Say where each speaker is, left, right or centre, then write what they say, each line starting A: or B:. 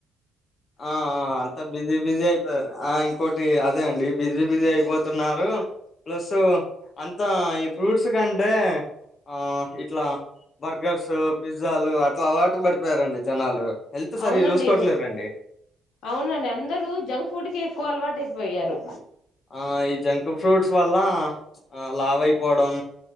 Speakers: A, on the left (about 45°); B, on the left (about 80°).
A: ఆ అంతా బిజీ బిజీ అయిపోయారు ఆ ఇంకోటి అదే అండి బిజీ బిజీ అయిపో పోతున్నారు ప్లస్సు అంతా ఈ ఫ్రూట్స్ కంటే ఆ ఇట్లా బర్గర్స్ పిజ్జాలు అట్లా అవాటు పడిపోయారండి జనాలు హల్త్ సరి
B: అవునండి
A: చూసుకోవట్లేదు రండి
B: అవునండి అందరూ జంక్ ఫుడ్ క ఎక్కువ అలవాటు అయిపోయారు
A: ఆ ఈ జంక్ ఫ్రూట్స్ వల్ల లావ అయిపోవడం